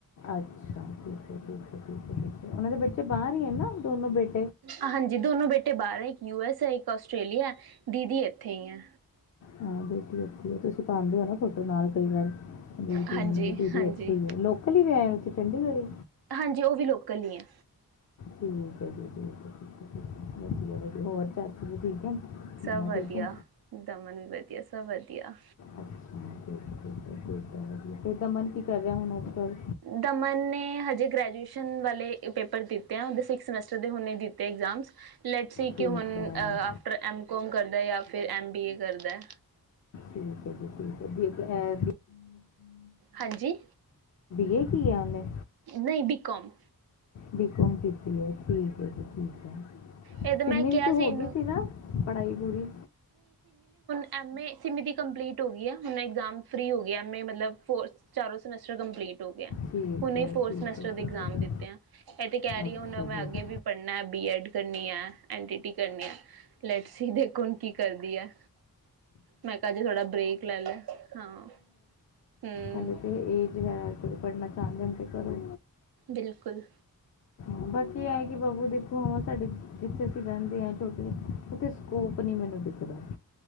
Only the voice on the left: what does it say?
ਅੱਛਾ ਠੀਕ ਹੈ ਠੀਕ ਹੈ ਠੀਕ ਉਹਨਾਂ ਦੇ ਬੱਚੇ ਬਾਹਰ ਹੀ ਹੈ ਨਾ ਦੋਨੋ ਬੇਟੇ
ਹਾਂ ਦੇਖੀ ਆ ਤੁਸੀਂ ਪਾਉਦੇ ਹੋ ਨਾ ਫੋਟੋ ਨਾਲ, ਕਈ ਵੱਲ ਦੀਦੀ
ਦੀਦੀ
ਇੱਥੇ ਆ ਲੋਕਲ ਹੀ ਵੀ ਆ ਉੇ ਚੰਡੀਗੜ੍ਹ
ਠੀਕ ਹੈ ਜੀ ਠੀਕ ਵਧਿਆ ਹੋਰ ਚਾਚਾ ਜੀ ਠੀਕ ਹੈ? ਮੰਮਾ
ਠੀਕ ਹੈ
ਅੱਛਾ <unintelligible> ਕੀ ਕਰ ਰਿਹਾ ਹੁਣ ਅੱਜ ਕੱਲ
ਠੀਕ
ਹੈ
ਠੀਕ ਹੈ ਠੀਕ ਹੈ।
ਬੀਏ ਕੀ ਆਉਂਦੇ।
ਬਿਕੋਮ ਠੀਕ ਹੈ, ਜੀ ਠੀਕ ਹੈ,
ਸਿੰਮੀ
ਦੀ ਤੇ ਹੋ
ਗਈ ਸੀ ਨਾ ਪੜਾਈ ਪੂਰੀ।
ਠੀਕ ਹੈ
ਠੀਕ
ਹੈ
ਠੀਕ
ਹੈ
ਅੱਛਾ
ਜੀ
ਹਾਂਜੀ ਏ ਤੇ ਹੈ। ਪੜਨਾ ਚਾਂਦੇ ਤੇ ਕਰੋ।
ਹਾਂ ਬਾਕੀ ਹੈ ਕਿ ਬਾਬੂ ਦੇਖੋ ਹੁਣ ਸਾਡੇ ਜਿੱਥੇ ਅਸੀਂ ਰਹਿੰਦੇ ਹਾਂ। ਸੋਚਿਆ ਉਤੇ ਸਕੋਪ ਨਹੀਂ ਮਿਲਦਾ। ਕਦੀ ਕਦਾ